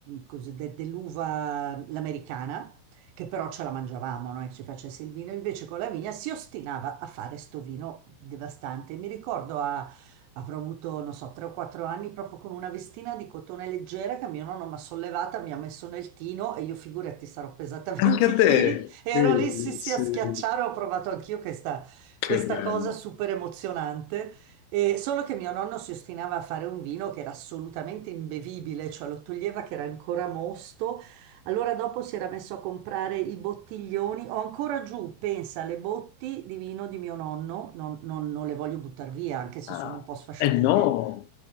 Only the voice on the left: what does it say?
anche a
te.
Sì,
sì,
che
bello.
Ah,
eh no,